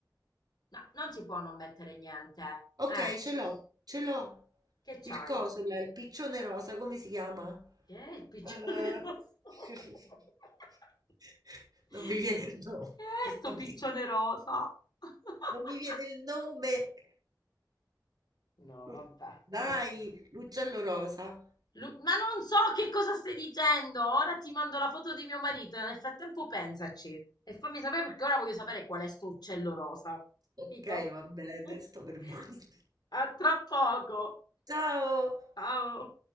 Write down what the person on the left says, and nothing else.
No, non si può non mettere niente.
Eh,
che c'hai?
Che è il piccione
rosso? <laughs>
Che
è sto
piccione
rosa? <laughs>
No,
vabbè,
piccione.
Lu- Ma non so che cosa stai dicendo. Ora ti mando la foto di mio marito. Nel frattempo pensaci e fammi sapere perché ora voglio sapere qual è sto uccello rosa. Capito?
<laughs>
A tra poco.
Ciao.